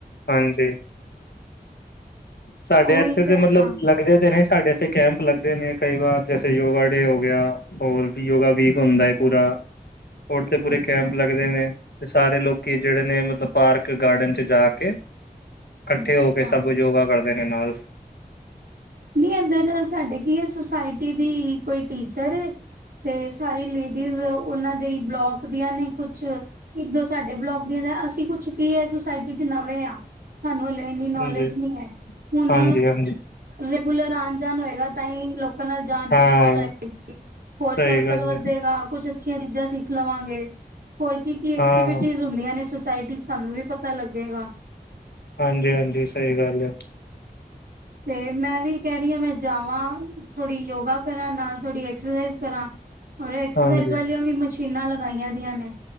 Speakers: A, on the left; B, on the right.
A: ਹਾਂਜੀ ਸਾਡੇ
B: ਉਹੀ
A: ਇੱਥੇ
B: ਤੇ
A: ਦੇ
B: ਹਾਂ
A: ਮਤਲਬ ਲੱਗਦੇ ਤੇ ਨੇ ਸਾਡੇ ਇੱਥੇ ਕੈਂਪ ਲੱਗਦੇ ਨੇ ਕਈ ਵਾਰ ਜੈਸੇ ਯੋਗਾ ਡੇ ਹੋ ਗਿਆ ਹੋਰ ਯੋਗਾ ਵੀਕ ਹੁੰਦਾ
B: ਅੱਛਾ।
A: ਪੂਰਾ ਹੋਰ ਤੇ
B: ਅੱਛਾ-ਅੱਛਾ,
A: ਪੂਰੇ ਕੈਂਪ
B: ਅੱਛਾ
A: ਲੱਗਦੇ ਨੇ ਸਾਰੇ ਲੋਕੀ ਜਿਹੜੇ ਨੇ ਮਤਲਬ ਪਾਰਕ ਗਾਰਡਨ ਚ ਜਾ ਕੇ ਇਕੱਠੇ
B: ਅੱਛਾ।
A: ਹੋ ਕੇ ਸਭ ਯੋਗਾ ਕਰਦੇ ਨੇ ਨਾਲ
B: ਨਹੀਂ ਅੰਦਰ ਸਾਡੇ ਕੀ ਸੁਸਾਇਟੀ ਦੀ ਕੋਈ ਟੀਚਰ ਤੇ ਸਾਰੀ ਲੇਡੀਜ਼ ਉਹਨਾਂ ਦੇ ਬਲੋਕ ਦੀਆਂ ਨੇ ਕੁਛ, ਇੱਕ -ਦੋ ਸਾਡੇ ਬਲੋਕ ਦੀਆਂ ਅਸੀਂ ਕੁਛ ਕੀ ਹੈ ਸੁਸਾਇਟੀ ਚ ਨਵੇਂ ਹਾਂ ਸਾਨੂੰ ਹਲੇ ਇੰਨੀ ਨੌਲੇਜ
A: ਹਾਂਜੀ,
B: ਨਹੀਂ ਹੈ। ਹੁਣ
A: ਹਾਂਜੀ, ਹਾਂਜੀ
B: ਰੈਗੂਲਰ ਆਉਣ -ਜਾਣ ਹੋਏਗਾ ਤਾਂ ਹੀ ਲੋਕ ਆਪਾਂ ਨਾਲ ਜਾਣ
A: ਹਾਂ
B: -ਪਛਾਣ ਹੋਏਗੀ। ਹੋਰ
A: ਸਹੀ
B: ਸਰਕਲ
A: ਗੱਲ
B: ਵੱਧੇਗਾ
A: ਹੈ
B: ਕੁਛ ਅੱਛੀਆਂ ਚੀਜ਼ਾਂ ਸਿੱਖ ਲਵਾਂਗੇ, ਹੋਰ ਕੀ -ਕੀ ਐਕਟੀਵਿਟੀ
A: ਹਾਂ।
B: ਹੁੰਦੀਆਂ ਨੇ ਸਾਈਡ ਚ ਸਾਨੂੰ ਵੀ ਪਤਾ ਲੱਗੇਗਾ।
A: ਹਾਂਜੀ- ਹਾਂਜੀ ਸਹੀ ਗੱਲ ਹੈ।
B: ਹਮ ਮੈਂ ਵੀ ਕਹਿ ਰਹੀ ਹਾ ਮੈਂ ਜਾਵਾਂ, ਥੋੜੀ ਯੋਗਾ ਕਰਾਂ ਨਾਲ ਥੋੜੀ ਐਕਸਰਸਾਈਜ਼ ਕਰਾਂ। ਰ ਐਕਸਰਸਾਈਜ਼
A: ਹਾਂਜੀ
B: ਵਾਲੀਆਂ ਵੀ ਮਸ਼ੀਨਾਂ ਲਗਾਈਆਂ ਦੀਆਂ ਨੇ